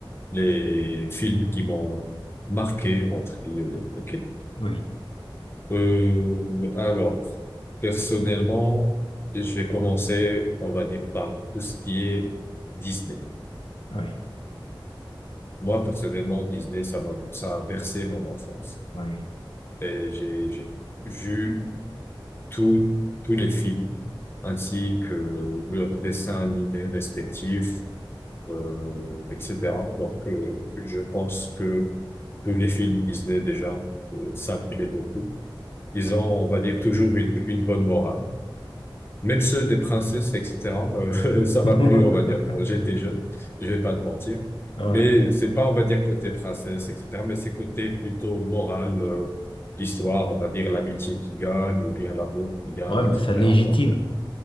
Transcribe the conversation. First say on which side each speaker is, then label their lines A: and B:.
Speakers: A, on the left; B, on the left.
A: les films qui m'ont marqué entre guillemets. ok
B: oui,
A: Euh, alors, personnellement, je vais commencer, on va dire, par tout ce qui est Disney.
B: oui,
A: Moi, personnellement, Disney, ça m'a, ça a bercé mon enfance.
B: oui.
A: Et j'ai, j'ai vu tous tous les films, ainsi que leurs dessins animés respectifs, euh, etc. Donc, euh, je pense que tous les films Disney, déjà, euh, ça me plaît beaucoup. Ils ont, on va dire, toujours une, une bonne morale. Même ceux des princesses, etc., euh, <laughs> ça m'a
B: <laughs>
A: plu, on va dire. Quand j'étais jeune, je vais pas te mentir.
B: Ouais.
A: Mais c'est pas, on va dire, côté princesse, etc., mais c'est côté plutôt moral, euh, l'histoire, on va dire, l'amitié qui gagne, ou bien l'amour qui gagne,
B: Ouais,
A: etc.
B: mais c'est légitime.
A: Donc, euh,